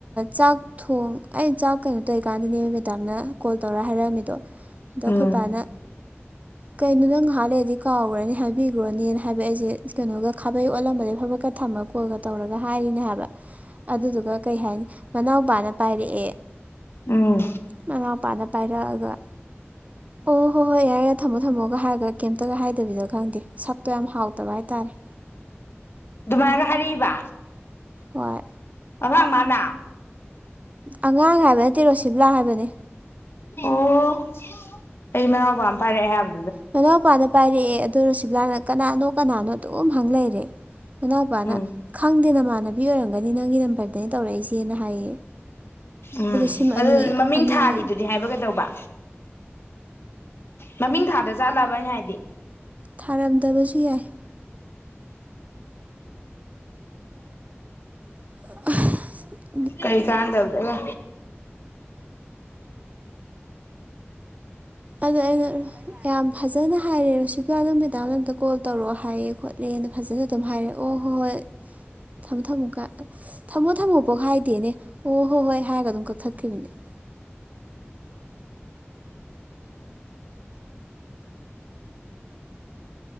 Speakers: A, on the right; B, on the left.
A: ꯆꯥꯛ ꯊꯣꯡ ꯑꯩꯩꯅ ꯆꯥꯛꯀꯩꯅ ꯇꯏꯀꯥꯟꯗꯅꯦ ꯃꯦꯗꯥꯝꯅ ꯀꯣꯜ ꯇꯧꯔ ꯍꯥꯏꯔꯛꯑꯝꯃꯤꯗꯣ ꯑꯗꯣ ꯑꯩꯈꯣꯏꯄꯥꯅ
B: ꯎꯝ
A: ꯀꯩꯅꯣ ꯅ ꯉꯍꯥꯟ ꯂꯩꯗꯤ ꯀꯥꯎꯈ꯭ꯔꯅꯤ ꯍꯥꯏꯕꯤꯈ꯭ꯔꯣꯅꯦꯅ ꯍꯥꯏꯕ ꯑꯩꯁꯦ ꯀꯩꯅꯣꯒ ꯈꯥꯕꯩ ꯑꯣꯠꯂꯝꯕꯗꯒꯤꯩ ꯐꯕꯛꯀ ꯊꯝꯃꯀꯣ ꯀꯣꯜꯒ ꯇꯧꯔꯒ ꯍꯥꯏꯔꯤꯅꯦ ꯍꯥꯏꯕ ꯑꯗꯨꯗꯨꯒ ꯀꯩ ꯍꯥꯏꯅꯤ ꯃꯅꯥꯎꯄꯥꯅ ꯄꯥꯏꯔꯛꯑꯦ
B: ꯎꯝ
A: ꯃꯅꯥꯎꯄꯥꯅ ꯄꯥꯏꯔꯛꯑꯒ ꯑꯣ ꯍꯣꯏ ꯍꯣꯏ ꯌꯥꯔꯦ ꯌꯥꯔꯦ ꯊꯝꯃꯣ ꯊꯝꯃꯣꯒ ꯍꯥꯏꯔ ꯀꯩꯝꯇꯒ ꯍꯥꯏꯗꯕꯤꯗꯣ ꯈꯪꯗꯦ ꯁꯛꯇꯣ ꯌꯥꯝ ꯍꯥꯎꯗꯕ ꯍꯥꯏꯇꯥꯔꯦ ꯐ
B: ꯑꯗꯨꯃꯥꯏꯒ ꯍꯔꯔꯤꯕ
A: ꯍꯣꯏ
B: ꯑ ꯃꯥꯅ
A: ꯑꯉꯥꯡ ꯍꯥꯏꯕ ꯅꯠꯇꯦ ꯔꯣꯁꯤꯕꯂꯥ ꯍꯥꯏꯕꯅꯤ
B: ꯑꯣ ꯑꯩ ꯃꯅꯥꯎꯕ ꯑꯃ ꯄꯥꯏꯔꯛꯑꯦ ꯍꯥꯏꯕ
A: ꯃꯅꯥꯎ ꯃꯄꯥꯅ ꯄꯥꯏꯔꯛꯑꯦ ꯑꯗꯨ ꯔꯣ ꯁꯤꯝꯂꯥꯅ ꯀꯅꯥꯅꯣ ꯀꯅꯥꯅꯣ ꯑꯗꯨꯝ ꯍꯪ ꯂꯩꯔꯦ ꯃꯅꯥꯎꯄꯥꯅ
B: ꯎꯝ
A: ꯈꯪꯗꯦ ꯅꯃꯥꯟꯅꯕꯤ ꯑꯣꯏꯔꯝꯒꯅꯤ ꯅꯪꯒꯤ ꯅꯝꯕꯔꯗꯩꯅ ꯇꯧꯔꯛꯏꯁꯦꯅ ꯍꯥꯏꯌꯦ <inaudible>
B: ꯎꯝ
A: ꯁꯤꯝ
B: ꯑꯗꯨ
A: ꯑꯅꯤ
B: ꯃꯃꯤꯡ
A: ꯑꯅꯤ
B: ꯊꯥꯔꯤꯗꯨꯗꯤ ꯍꯥꯏꯕ ꯀꯩꯗꯧꯕ ꯃꯃꯤꯡ ꯊꯥꯗ ꯆꯠꯂꯕꯅ ꯍꯥꯏꯗꯤ
A: ꯊꯥꯔꯝꯗꯕꯁꯨ ꯌꯥꯏ <inaudible>
B: ꯀꯩ ꯀꯥꯟꯗꯧꯗꯒ
A: ꯑꯗ ꯑꯩꯅ ꯌꯥꯝ ꯐꯖꯅ ꯍꯥꯏꯔꯦ ꯔꯣ ꯁꯤꯗ ꯃꯇꯗ ꯑꯝꯇ ꯀꯣꯜ ꯇꯧꯔꯛꯑꯣ ꯍꯥꯏꯌꯦꯦ ꯈꯣꯠꯂꯦꯅ ꯐꯖꯅ ꯑꯗꯨꯝ ꯍꯥꯏꯔꯛꯦ ꯑꯣ ꯍꯣꯏ ꯍꯣꯏ ꯊꯝꯃꯣ ꯊꯝꯃꯣ ꯊꯝꯃꯣ ꯊꯝꯃꯣ ꯄꯣꯛ ꯍꯥꯏꯗꯦꯅꯦ ꯑꯣ ꯍꯣꯏ ꯍꯣꯏ ꯍꯥꯏꯔꯒ ꯑꯗꯨꯝ ꯀꯛꯊꯠ꯭ꯈꯤꯕꯅꯦ <inaudible>